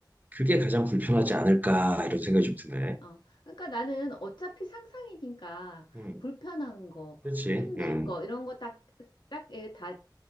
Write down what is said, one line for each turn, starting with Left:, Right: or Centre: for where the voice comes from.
Right: 그게 가장 불편하지 않을까 이런 생각이 좀 드네.
Left: 어. 그러니까 나는 어차피 상상이니까
Right: 음,
Left: 불편한 거,
Right: 그렇지.
Left: 힘들
Right: 음,
Left: 거, 이런 거 딱, 딱, 다